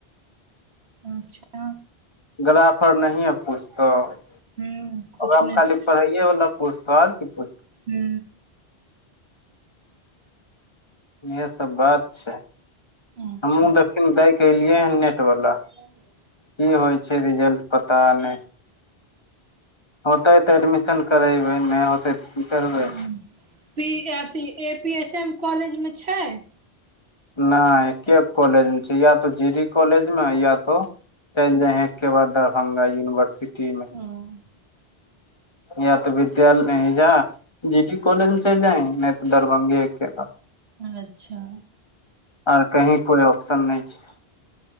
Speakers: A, on the right; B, on the left.
A: अच्छा
B: गला नहिये पुछतौ ओकरा
A: हूँ कुछ नहि
B: मे खाली पढ़इे वाला पुछतो आर की पुछतौ?
A: हू
B: इह सब बात छैय
A: अच्छा
B: हमहु देखहीन दैके एलियै हन नेट वाला।
A: <unintelligible>
B: की होइ छैय रिजल्ट पता नहि। होतै तऽ एडमिशन करेबै नहि होतै तऽ की करबै।
A: हूँ पी अथी ए पी एस एम कॉलेजमे छैय?
B: नहि एके कॉलेज मे छैय या तो जी डी कॉलेज मे या तो चलि जाही के बाद दरभंगा यूनिवर्सिटी मे।
A: हँ
B: या तऽ विद्यालय जा जी डी कॉलेज में चल जाय नहि तऽ दरभंगे के।
A: अच्छा
B: आओर कही कोइ ऑप्शन नहि छैय।